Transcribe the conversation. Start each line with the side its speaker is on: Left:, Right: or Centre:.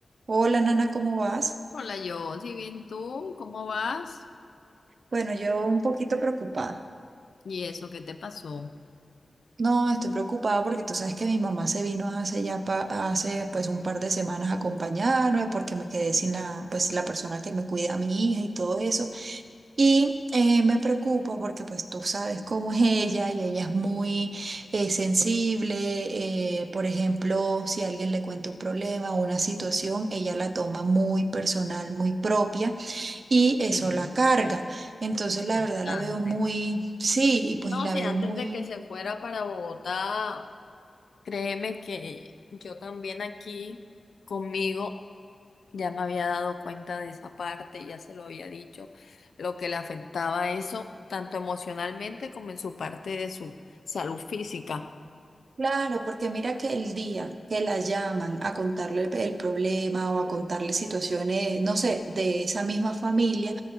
Right: Hola, Nana, ¿cómo vas?
Left: Hola, yo, si bien tú, ¿cómo vas?
Right: Bueno, yo un poquito preocupada.
Left: ¿Y eso qué te pasó?
Right: No, estoy preocupada porque tú sabes que mi mamá se vino hace ya pa- hace pues un par de semanas a acompañarme porque me quedé sin la pues la persona que me cuida a mi hija y todo eso. Y eh, me preocupa porque pues tú sabes cómo es ella y ella es muy eh, sensible. eh, por ejemplo, si alguien le cuenta un problema o una situación, ella la toma muy personal, muy propia. y eso
Left: Sí,
Right: la carga. Entonces, la
Left: bastante.
Right: verdad la veo muy, sí, y pues
Left: No,
Right: y la
Left: sí,
Right: veo
Left: antes
Right: muy
Left: de que se fuera para Bogotá, créeme que yo también aquí conmigo ya me había dado cuenta de esa parte, ya se lo había dicho, lo que le afectaba eso, tanto emocionalmente como en su parte de su salud física.
Right: claro, porque mira que el día que la llaman a contarle el problema o a contarle situaciones, no sé, de esa misma familia,